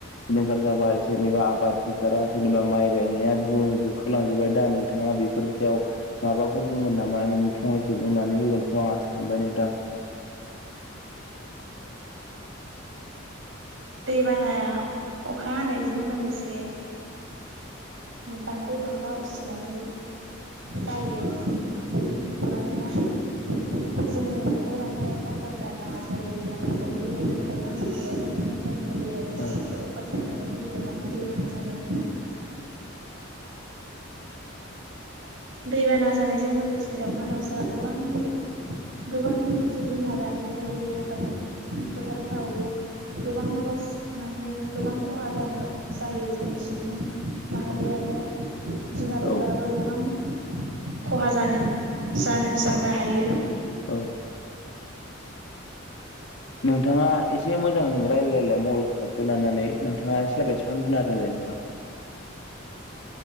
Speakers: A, on the left; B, on the right.
A: सिलिंखार जाबाय सोरनिबा आबाद फोथारा सोरनिबा माइ गायनाया बु बुखारलांजोबबाय। दा नोंथाङा बेफोरनि सायाव माबाफोर बुंगोन नामा ओम फंनैसो बुंनानै होगोनखौ आं आसा खालामबाय नोंथां <inaudible>
B: दैबाना अखा हानायजों लोगोसे बान्दो बान्ला उसिनानै जायो। मानोना जोंनि बान्दो बान्लायाव दाखोर दाला बायदि गारनानै दैया थांनो लामा गैया जानायनि जाउनाव दैयाबो
A: औ
B: बांद्राय अफार जानानै दै दैबाना जानो हमो दैबाना जानायजों लोगोसे दाावमा दाउसा गोबां गोबां जिब जुनार आरो बायदि आबाद फोथारफ्रावबो गोबां लस माने गोबां खहा जानो जायो जोंनि सुबुं माहारिया
A: औ
B: जुनारफोराबो
A: औ
B: गोबां खहा जानो जानो जानो हायो।
A: औ नोंथाङा एसे मोजां रायजलायलायलाय मगलखौ खाथियाव लानानै नोंथाङा एसे रेसपन्स होना रायलाय नोंथां